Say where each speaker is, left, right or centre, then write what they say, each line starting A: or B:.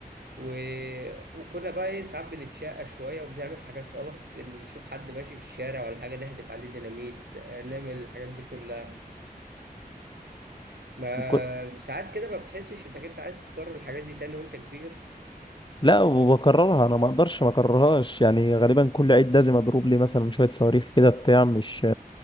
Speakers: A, on the right; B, on the left.
A: و... وكنا بقى ايه ساعات بنتشقى شوية وبنعمل حاجات غلط بنشوف حد ماشي في الشارع ولا حاجة نهدف عليه ديناميت آه، نعمل الحاجات دي كلها ما
B: اه
A: ساعات كده ما بتحسش انك انت عايز تكرر الحاجات دي تاني وانت كبير
B: لا وبكررها انا ما اقدرش ما اكررهاش يعني غالبا كل عيد لازم اضرب لي مثلا شويه صواريخ كده بتاع مش